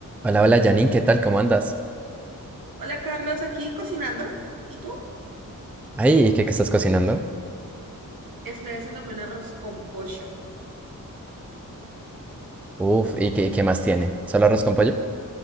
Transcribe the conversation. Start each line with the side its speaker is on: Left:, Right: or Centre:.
Centre: Hola, hola Janine, ¿qué tal? ¿Cómo andas?
Right: Hola Carlos, aquí cocinando. ¿Y tú?
Centre: Ay, ¿y qué, qué estás cocinando?
Right: Estoy haciéndome un arroz con pollo.
Centre: Uf, ¿y qué, y qué más tiene? ¿Solo arroz con pollo?